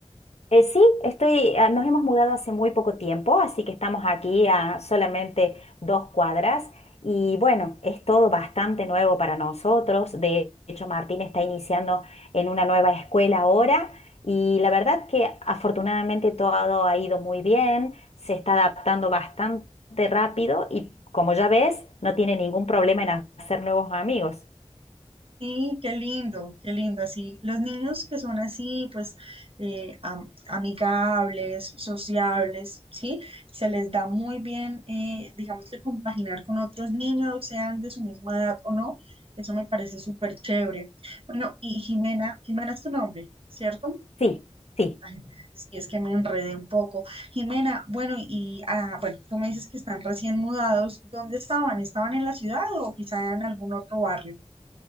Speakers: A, on the left (about 65°); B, on the right (about 55°).
A: Eh, sí, estoy, ah, nos hemos mudado hace muy poco tiempo, así que estamos aquí a solamente dos cuadras y bueno, es todo bastante nuevo para nosotros. De hecho, Martín está iniciando en una nueva escuela ahora y la verdad que afortunadamente todo ha ido muy bien, se está adaptando bastante rápido y como ya ves, no tiene ningún problema en hacer nuevos amigos.
B: Sí, qué lindo, qué lindo. Así, los niños que son así, pues eh, am- amigables, sociables, ¿sí? Se les da muy bien, eh, digamos que compaginar con otros niños, sean de su misma edad o no. Eso me parece súper chévere. Bueno, y Jimena, Jimena es tu nombre, ¿cierto?
A: Sí, sí.
B: Ay, sí, es que me enredé un poco. Jimena, bueno, y ah, bueno, tú me dices que están recién mudados. ¿Dónde estaban? ¿Estaban en la ciudad o quizá en algún otro barrio?